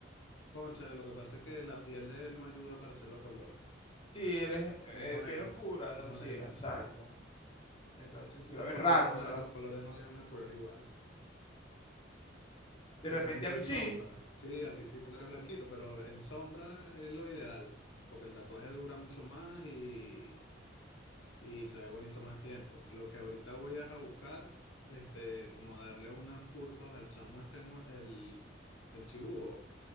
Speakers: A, on the left; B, on the left.
A: Cónchale, lo que pasa es que la piel de él no ayuda para hacerlo color.
B: Sí, él es eh,
A: Es moreno,
B: eh, piel oscura,
A: es
B: ¿no?
A: moreno,
B: Sí, exacto.
A: sí.
B: Entonces sí
A: Los
B: va a ver
A: colores
B: raro,
A: no
B: ¿verdad?
A: le, los colores no le iban a curar igual.
B: De
A: En
B: repente
A: cambio,
B: a
A: en
B: mí
A: sombra,
B: sí,
A: sí, a ti sí porque eres blanquito, pero en sombra es lo ideal, porque el tatuaje dura mucho más y, y se ve bonito más tiempo. Lo que ahorita voy es a buscar, este, como darle unos cursos al chamo este, nue- el, el chibúo.